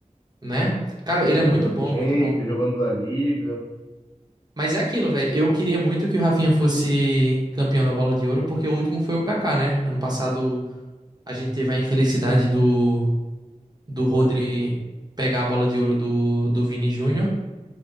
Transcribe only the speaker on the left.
Jogando
Champions,
jogando La Liga,
o
Rodri.